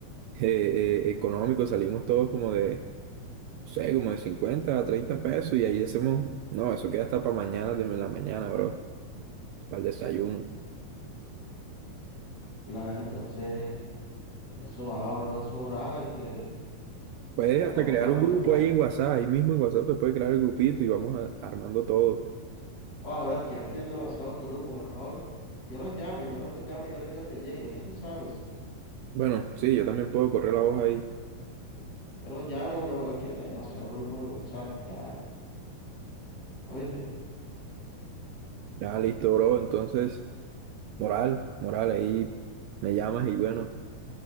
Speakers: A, on the right; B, on the left.
A: eh, eh, económico, salimos todos como de, no sé, como de 50 a 30 pesos y ahí hacemos, no, eso queda hasta para mañana, de la mañana, bro, para el desayuno.
B: Nada, entonces, eso va, bro, eso va, este,
A: Puedes
B: eh,
A: hasta
B: vamos
A: crear
B: cuadrando
A: un grupo
B: por ahí.
A: ahí en WhatsApp, ahí mismo en WhatsApp se puede crear el grupito y vamos a- armando todo.
B: Oh, ahora es que ya estoy en demasiados grupos, mejor. Yo los llamo, yo los llamo, yo les digo que lleguen, ya tú sabes.
A: Bueno, sí, yo también puedo correr la hoja ahí.
B: Yo los llamo, mejor que ya hay demasiados grupos en WhatsApp, ya, ¿oíste?
A: Ya, listo, bro, entonces, moral, moral, ahí me llamas y bueno,